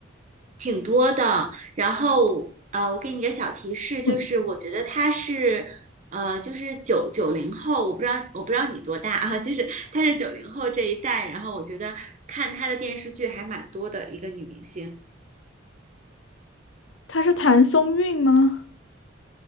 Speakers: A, on the right; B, on the left.
A: 挺多的。然后呃，我给你一个小提示，就是我觉得她是呃，
B: 嗯，
A: 就是九九零后，我不知道我不知道你多大啊，就是她是九零后这一代。然后我觉得看她的电视剧还蛮多的一个女明星，
B: 他是谭松韵吗？